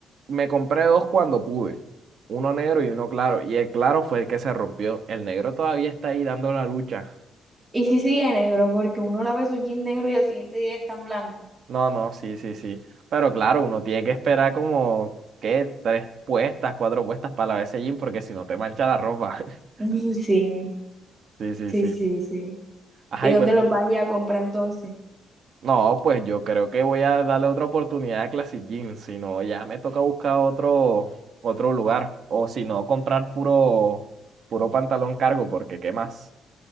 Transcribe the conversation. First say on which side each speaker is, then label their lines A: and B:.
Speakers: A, on the right; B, on the right.
A: me compré dos cuando pude, uno negro y uno claro, y el claro fue el que se rompió, el negro todavía está ahí dando la lucha.
B: Y sí sigue negro, porque uno lava su jeans negro y al siguiente día ya están blancos.
A: No, no, sí, sí, sí, pero claro, uno tiene que esperar como, ¿qué? Tres puestas, cuatro puestas para la vez jean porque si no te mancha la ropa. <laughs>
B: Uy, Sí,
A: Sí, sí,
B: sí,
A: sí.
B: sí, sí.
A: Ajá,
B: ¿Y dónde
A: y pues
B: los vas a ir a comprar entonces?
A: No, pues yo creo que voy a darle otra oportunidad a Classic Jeans, si no ya me toca buscar otro, otro lugar, o si no comprar puro, puro pantalón cargo, porque ¿qué más?